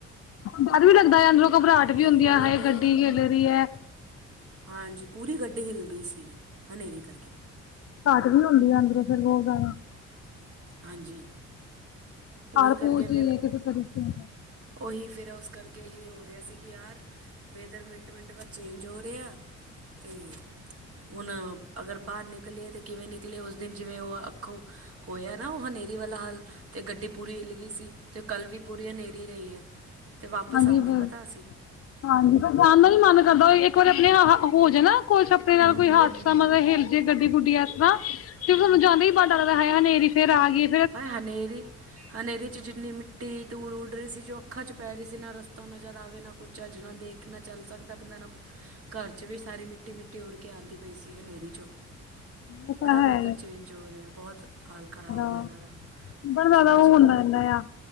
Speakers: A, on the left; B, on the right.
A: ਡਰ ਵੀ ਲੱਗਦਾ ਹੈ ਅੰਦਰੋਂ ਘਬਰਾਹਟ
B: ਬਾਈ
A: ਵੀ ਹੁੰਦੀ
B: ਉਹੀ
A: ਹੈ ਹਾਏ
B: ਤੇ
A: ਗੱਡੀ
B: ਹੈ
A: ਹਿਲ ਰਹੀ ਹੈ।
B: ਹਾਂਜੀ, ਪੂਰੀ ਗੱਡੀ ਹਿੱਲ ਗਈ ਸੀਗੀ ਹਨੇਰੀ ਕਰਕੇ।
A: ਘਾਟ ਬਣਾਉਂਦੀ ਅੰਦਰੋਂ ਫਿਰ ਉਹ ਗਾਵਾਂ
B: ਹਾਂਜੀ। ਉਹੀ
A: ਹਰ
B: ਕਰਕੇ
A: ਕੂਜੀ
B: ਫਿਰ
A: ਕਿਸੇ ਤਰੀਕੇ ਦਾ।
B: ਉਹੀ ਫਿਰ ਉਸ ਕਰਕੇ ਹੀ ਹੋ ਰਿਹਾ ਸੀ ਕਿ ਯਾਰ। ਵੇਦਰ ਮਿੰਟ, ਮਿੰਟ ਬਾਅਦ ਚੇਂਜ ਹੋ ਰਿਹਾ ਤੇ ਹੁਣ। ਅਗਰ ਬਾਹਰ ਨਿਕਲੀਏ ਤਾਂ ਕਿਵੇਂ ਨਿਕਲੀਏ, ਉਸ ਦਿਨ ਜਿਵੇਂ ਉਹ ਅੱਖੋਂ ਹੋਇਆ ਨਾ ਉਹ ਹਨੇਰੀ ਵਾਲਾ ਹਾਲ। ਤੇ ਗੱਡੀ ਪੂਰੀ ਹਿੱਲ ਗਈ ਸੀ ਤੇ ਕੱਲ ਵੀ ਪੂਰੀ ਹਨੇਰੀ ਰਹੀ ਹੈ। ਅਤੇ ਵਾਪਸ
A: ਹਨੀ
B: ਆ
A: ਬਿੱਲ
B: ਗਏ ਪਤਾ ਅਸੀਂ
A: ਹਾਂਜੀ, ਪਰ ਜਾਣ ਦਾ ਵੀ ਮਨ ਕਰਦਾ ਇੱਕ ਵਾਰੀ ਆਪਣੇ ਹੋ ਜਾ ਨਾ ਕੋਈ ਸੁਪਣੇ ਨਾਲ
B: ਹੂੰ
A: ਕੋਈ
B: ਹੂੰ
A: ਹਾਦਸਾ
B: ਹੂੰ ਹੂੰ
A: ਮਤਲਬ ਹਿਲ ਜੇ ਗੱਡੀ-ਗੁੱਡੀ ਐਕਸ ਤਾਂ
B: ਹੂੰ
A: ਵੀ ਜਾਂਦੇ ਹੀ <unintelligible> ਹਨੇਰੀ ਫਿਰ ਆ ਗਈ ਏ।
B: ਏਂ ਹਨੇਰੀ। ਹਨੇਰੀ 'ਚ ਜਿੰਨੀ ਮਿੱਟੀ-ਧੂੜ ਉੱਡ ਰਹੀ ਸੀ ਜੋ ਅੱਖਾਂ 'ਚ ਪੈ ਰਹੀ ਸੀ ਨਾ ਰਸਤਾ ਨਜ਼ਰ ਆਵੇ ਨਾ ਕੁਛ ਚੱਜ ਨਾਲ ਦੇਖ ਨਾ ਚੱਲ ਸਕਦਾ ਬੰਦਾ ਨਾ ਘਰ 'ਚ ਵੀ ਸਾਰੀ ਮਿੱਟੀ-ਮਿੱਟੀ ਉਡ ਕੇ ਆਉਂਦੀ ਪਈ ਸੀ ਹਨੇਰੀ ਵਿੱਚੋਂ
A: ਉਹ ਤਾਂ
B: ਬੜਾ ਵੈਦਰ
A: ਹੈ
B: ਚੇਂਜ ਹੋ ਰਿਹਾ ਬਹੁਤ ਹਾਲ ਖ਼ਰਾਬ।
A: ਹਾਂ
B: ਹੈ ਇਹਨਾਂ ਦਾ
A: ਬਸ ਜ਼ਿਆਦਾ
B: ਸਮਝ
A: ਉਹ
B: ਹੀ ਨੀ-
A: ਇੰਨਾ ਇੰਨਾ ਆ।